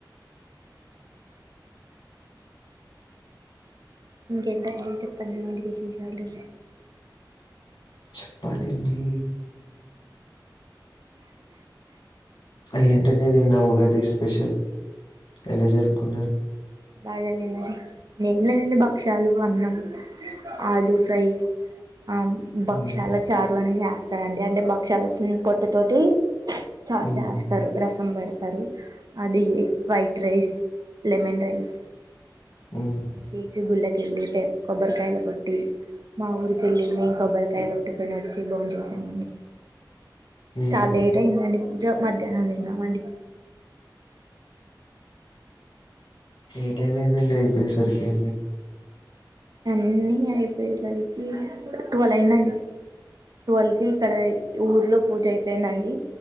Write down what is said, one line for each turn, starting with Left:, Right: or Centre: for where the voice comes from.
Right: ఇంకేంటండి చెప్పండి ఏంటి విశేషాలు
Left: చెప్పలండి ఏంటనేదిన్ నావుగా అతి స్పెషల్ ఎలా జరుపుకున్నారు?
Right: బాగా జరిగింది నేను లేదండి భక్షలు అన్నం ఆలూ ఫ్రై ఆ బక్ష్యాలా
Left: హ్మ్.
Right: చారు అని జస్త అంటే అంటే భక్షలు వచ్చిన పొట్ట తోటి చార్
Left: హుహు.
Right: చేస్తారు రసం పెడత తరి అది వైట్ రైస్ లమెన్ రయిస్
Left: హ్మ్.
Right: అ చేసి గుల కిీట కొబ్బరికాయలు కొట్టి మా ఊరి కేళ్లి మేన్ కొబ్బ కై కొట్టుకోన్ నచ్చి బోన్ చేసామండి
Left: హ్మ్.
Right: చాలా లేట్ అయిందండి పూ ఇగ మధ్యాహ్నం తిన్నామండి
Left: ఏ టైం అయిందండి అయిపోయేసరికి అన్నీ
Right: అన్నీ అయిపోయేసరికి టువల్ అయిందండి ట్వెల్వ్ కి ఇక్కడ ఊర్లో పూజ అయిపోయిందండి